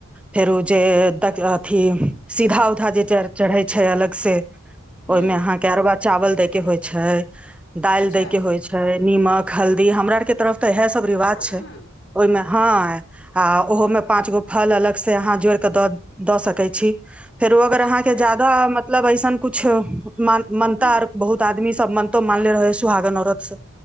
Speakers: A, in the centre; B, on the left.
A: फेरो जे तक रहथिन सीधा उधा जे चढ़ चढ़ए छै अलग से
B: ह
A: ओहिमे अहाँ के अरबा चावल देय के होइ छै दालि
B: अच्छा
A: दै के होइ छैय निमक हल्दी हमरा आर के तरफ तऽ इएह सब रिवाज
B: हँ
A: छै ओहिमे हँ आ ओहो मे पांच गो फल अलग से आहां जोइर कऽ दऽ दऽ सकय छी फेरो अगर अहाँके
B: अच्छा
A: ज्यादा मत मतलब अइसन कुछो मान मानता
B: ह
A: आर बहुत आदमी सब मन तो मानले रहेैय हय सुहागन औरत स